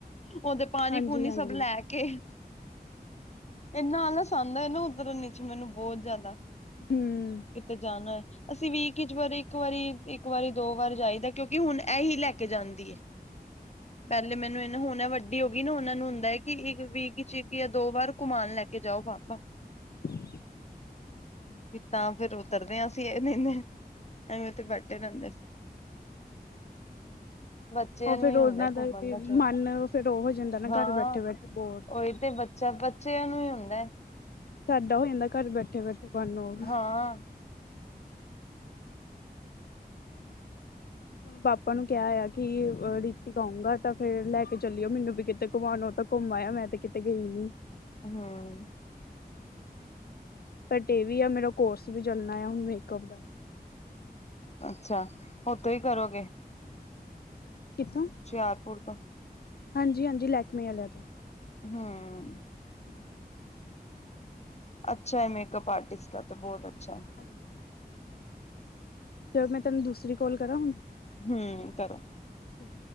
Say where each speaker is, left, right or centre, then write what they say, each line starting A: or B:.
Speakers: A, on the left; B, on the left.
A: ਉਹਦੇ ਪਾਣੀ
B: ਹਾਂਜੀ
A: ਪੂਣੀ
B: ਹਾਂਜੀ
A: ਸਭ ਲੈ ਕੇ। ਕੇ ਇਨਾ ਆਲਸ ਆਉਂਦਾ ਨਾ ਉਤਰਨ ਨ ਚ ਮੈਨੂੰ ਬਹੁਤ ਜ਼ਿਆਦਾ।
B: ਹਮ
A: ਕਿਤੇ ਜਾਣਾ ਹੈ? ਅਸੀਂ ਵੀਕ ਵਿਚ ਵਾਰੀ ਇੱਕ ਵਾਰੀ ਇੱਕ ਵਾਰੀ ਦੋ ਵਾਰ ਜਾਈਦਾ ਕਿਉਂਕਿ ਹੁਣ ਇਹੀ ਲੈ ਕੇ ਜਾਂਦੀ ਹੈ।
B: <inaudible>
A: ਪਹਿਲੇ ਮੈਨੂੰ ਇਹ ਹੁਣ ਵੱਡੀ ਹੋ ਗਈ ਨਾ, ਉਹਨਾਂ ਨੂੰ ਹੁੰਦਾ ਹੈ ਕਿ ਇੱਕ ਵੀਕ ਚ ਇਕ ਜਾਂ ਦੋ ਵਾਰ ਘੁਮਾਉਣ ਲੈ। ਜਾਓ ਪਾਪਾ।
B: <inaudible>
A: ਵੀ ਤਾਂ ਫੇਰ ਉਤਰਦੇ ਹਾਂ ਅਸੀਂ ਇਹ ਨਹੀਂਦੇ ਐਵੇਂ ਬੈਠੇ ਰਹਿੰਦੇ। <inaudible> ਬੱਚਿਆਂ
B: ਉਹ
A: ਨੂੰ
B: ਫਿਰ
A: ਹੀ
B: ਉਹਨਾਂ
A: ਹੁੰਦਾ ਘੁੰਮਣ ਦਾ ਸ਼ੌਕ
B: ਮਨ ਫਿਰ ਉਹ ਹੋ ਜਾਂਦਾ ਨਾ
A: ਹਾਂ
B: ਘਰ ਬੈਠੇ ਬੈਠੇ ਬੋਰ
A: ਉਹੀ ਤੇ। ਜਾਂ ਬੱਚਿਆਂ ਨੂੰ ਹੀ ਹੁੰਦਾ।
B: ਸਾਡਾ ਹੋ ਜਾਂਦਾ ਘਰ ਬੈਠੇ ਬੈਠੇ ਬਨ ਹੋ।
A: ਹਾਂ
B: ਹੁਣ ਪਾਪਾ ਨੂੰ ਕਿਹਾ ਆਇਆ ਕਿ ਰੀਤੀਕ ਆਊਂਗਾ ਤਾਂ ਫੇਰ ਲੈ ਕੇ ਚੱਲਿਓ ਮੈਨੂੰ ਵੀ ਕਿਤੇ ਕਮਉਣੋ ਤਾਂ ਉਹ। ਘੁੰਮ ਆਇਆ ਮੈਂ ਤੇ ਕਿਤੇ ਗਈ ਨੀ।
A: ਹਮ
B: ਬਟ ਇਹ ਵੀ ਆ ਮੇਰਾ ਕੋਰਸ ਵੀ ਚੱਲਣਾ ਆ ਹੁਣ ਮੇਕਅਪ ਦਾ।
A: ਅੱਛਾ ਹੁਣ ਤੋਂ ਹੀ ਕਰੋਗੇ?
B: ਕਿੱਥੋਂ
A: ਹੁਸ਼ਿਆਰਪੁਰ ਤੋਂ
B: ਹਾਂਜੀ ਹਾਂਜੀ ਲੈਕਮੇ ਆਲਿਆਂ ਤੋਂ।
A: ਹਮ
B: ਹਾਂ
A: ਅੱਛਾ ਹੈ ਮੇਕਅਪ ਆਰਟਿਸਟ ਦਾ ਤੇ ਬਹੁਤ ਅੱਛਾ ਹੈ।
B: ਹਾਂਜੀ ਹਾਂਜੀ। ਚਲੋ ਮੈਂ ਤੁਹਾਨੂੰ ਦੂਸਰੀ ਕਲ ਕਰਾਂ ਹੁਣ।
A: ਹੂੰ ਤਰ
B: ਠੀਕ